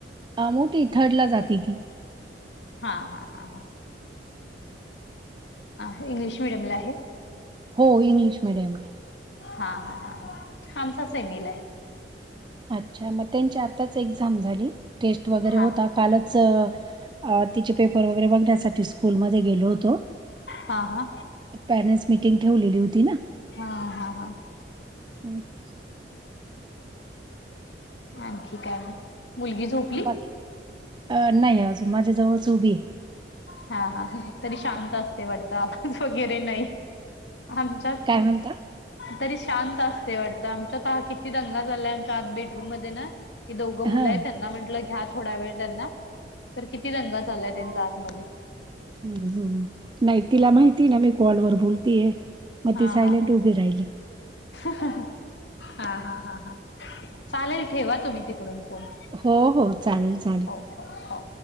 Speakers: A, on the right (about 25°); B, on the left (about 80°).
A: हा... मोठीए. थर्डला जाती ती
B: हा... हा... हा.. ह आहे... इंग्लिश मिडियमला आहे?
A: हो... इंग्लिश मेडियमला
B: हा हा हा... आमचा सेमीला ए
A: अच्छा... मग त्यांची आताच एक्झाम झाली? टेस्ट वगैरे
B: हा
A: होता... कालच अ... तिचे पेपर वगैरे... बघण्यासाठी स्कूलमध्ये गेलो होतो
B: हा हा
A: पॅरेंट्स मीटिंग ठेवलेली होती ना
B: हाहा... हाहा
A: ना
B: आणखी काय मग? मुलगी झोप
A: बाकी... अ... नाही अजून... माझ्या जवळच उभी ए
B: हा... हा.. तरी शांत असते वाटतं... आवाज वगैरे नाई आमच्यात
A: काय म्हणता?
B: तरी शांत असते वाटतं.. आमच्यात पाहा... किती दंगा चाललाय... आमच्या आत बेडरूम मध्ये ना ती दोघं
A: हा
B: मुलं आहेत, त्यांना म्हंटलं घ्या थोडा वेळ त्यांना... तर किती दंगा चाललाय... त्यांचा आतमध्ये
A: हुं... हुं.. नई... तिला माहितीये ना... मी कॉल वर बोलतीये मग
B: हा
A: ती सायलेंट
B: हा हा...
A: उभी राहिली.
B: हं हं... हाहा.. हाहा चालेल... ठेवा तुम्ही तिकडून फोन
A: हो हो... चालेल, चालेल
B: हो हो हो